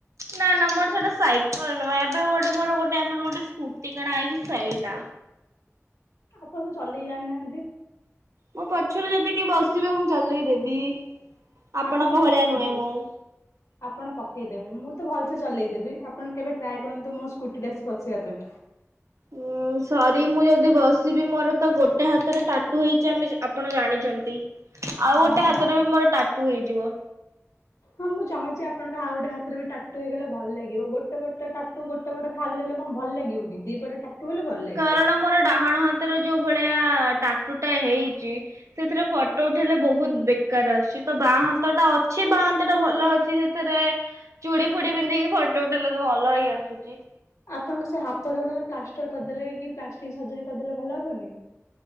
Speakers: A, on the right (about 75°); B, on the left (about 85°).
A: ନା ନା ମୋର ସେଟା ସାଇକେଲ ନୁହେଁ ଏବେ ଗୋଟେ ଆମର ଗୋଟେ ଆମର ଗୋଟେ ସ୍କୁଟି କିଣା ହେଇଛି ସେଇଟା।
B: ଆପଣ ତ ଚଲେଇ ଜାଣିନାହାନ୍ତି।
A: ମୋ ପଛରେ ଯଦି କିଏ ବସିବେ ମୁଁ ଚଲେଇ ଦେବି। ଆପଣଙ୍କ
B: ଆପଣ ତ ପକେଇଦେବେ
A: ଭଳିଆ ନୁହେଁ ମୁଁ।
B: ଆପଣ ପକେଇଦେବେ ମୁଁ ତ ଭଲସ ଚଲେଇ ଦେବି ଆପଣ କେବେ ଟ୍ରାଏ କରନ୍ତୁ ମୋ ସ୍କୁଟି ରେ ଆସି ବସିବା ପାଇଁ।
A: ଉଁ ସରି ମୁଁ ଯଦି ବସିବି ମୋର ତ ଗୋଟେ ହାତରେ ଟାଟୁ ହେଇଛି ଆମେ ଆପଣ ଜାଣିଛନ୍ତି। ଆଉ
B: ହଁ
A: ଗୋଟେ
B: ହଁ
A: ହାତରେ ବି ମୋର ଟାଟୁ ହେଇ ଯିବ।
B: ହଁ ମୁଁ ଚାହୁଁଛି ଆପଣଙ୍କ ଆଉ ଗୋଟେ ହାତରେ ବି ଟାଟୁ ହେଇଗଲେ ଭଲ ଲାଗିବ ଗୋଟେ ପଟ ଟାଟୁ ଗୋଟେ ପଟ ଖାଲି ରହିଲେ କଣ ଭଲ ଲାଗିବ କି ଦି ପଟ ଟାଟୁ ହେଲେ ଭଲ ଲାଗିବ।
A: କାରଣ ମୋର ଡାହାଣ ହାତର ଯୋଉ ଭଳିଆ ଟାଟୁଟା ହେଇଛି ସେଥିରେ ଫଟୋ ଉଠେଇଲେ ବହୁତ ବେକାର ଆସୁଛି ତ ବାଁ ହାତ ଟା ଅଛି ବାଁ ହାତ ଟା ଭଲ ଅଛି ସେଥିରେ ଚୁଡି ଫୁଡି ପିନ୍ଧିକି ଫଟୋ ଉଠେଇଲେ ତ ଭଲ ହେଇ ଆସୁଛି।
B: ଆପଣଙ୍କ ସେ ହାତଟାଲେ ପ୍ଲାଷ୍ଟର କରିଦେଲେ କି ପ୍ଲାଷ୍ଟିକି ସର୍ଜରୀ କରିଦେଲେ ଭଲ ହବନି?